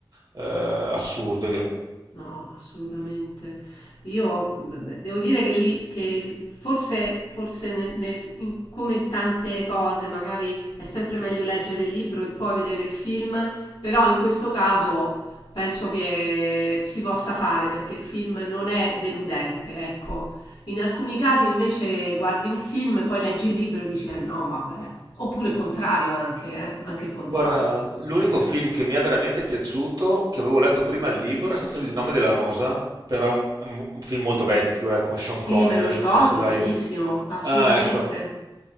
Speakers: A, on the right (about 50°); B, on the left (about 75°).
A: eh, assurdo.
B: No, assolutamente. Io mh, mh, devo dire che lì, che forse, forse nel- nel- in- come in tante cose, magari è sempre meglio leggere il libro e poi vedere il film, però in questo caso penso che si possa fare perché il film non è deludente, ecco. In alcuni casi invece guardi un film, poi leggi il libro e dici, eh no, vabbè. Oppure il contrario anche, eh, anche il contrario.
A: Guarda, l'unico
B: <laughs>
A: film che mi è veramente piaciuto, che avevo letto prima il libro, è stato Il nome della rosa, però è un, è un- un film molto vecchio, eh, con Sean
B: Sì,
A: Connery,
B: me lo ricordo
A: non so se l'hai...
B: benissimo, assolutamente.
A: Ah, ecco.